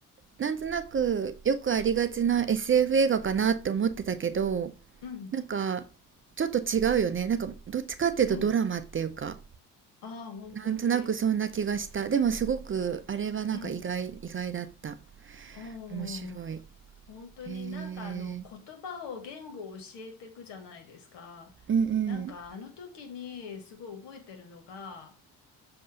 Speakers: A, on the right; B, on the left.
A: なんとなくよくありがちな SF 映画かなって思ってたけど
B: うん
A: なんかちょっと違うよねなんかどっちかっていうとドラマっていうか
B: うん。ああ、本当に。
A: なんとなくそんな気がしたでもすごくあれはなんか意外意外だった
B: うん。おー。
A: 面白いへ
B: 本当になんかあの言葉を言語を教えていくじゃないですか。
A: えーうんうん
B: なんかあの時にすごい覚えてるのが